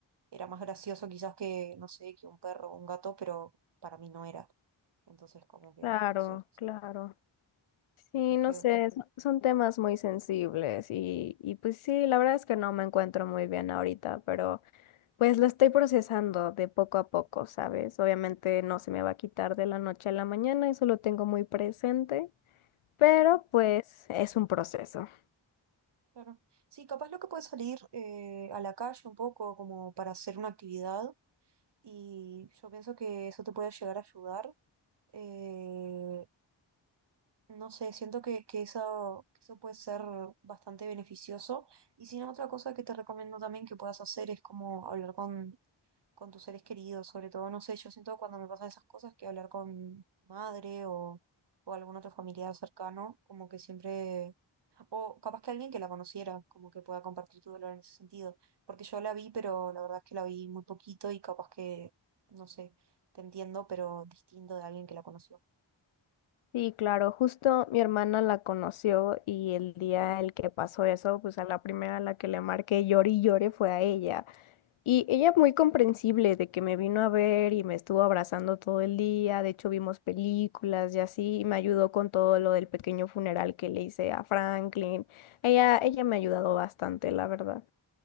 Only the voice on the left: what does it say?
claro,
claro.
Sí,
no sé, son son temas muy sensibles y, y pues sí, la verdad es que no me encuentro muy bien ahorita, pero pues lo estoy procesando de poco a poco, ¿sabes? Obviamente no se me va a quitar de la noche a la mañana, eso lo tengo muy presente, pero
pues es un proceso.
Sí, claro, justo mi hermana la conoció y el día el que pasó eso, pues a la primera a la que le marqué lloré y lloré fue a ella. Y ella muy comprensible de que me vino a ver y me estuvo abrazando todo el día, de hecho vimos películas y así, y me ayudó con todo lo del pequeño funeral que le hice a Franklin. Ella, ella me ha ayudado bastante, la verdad.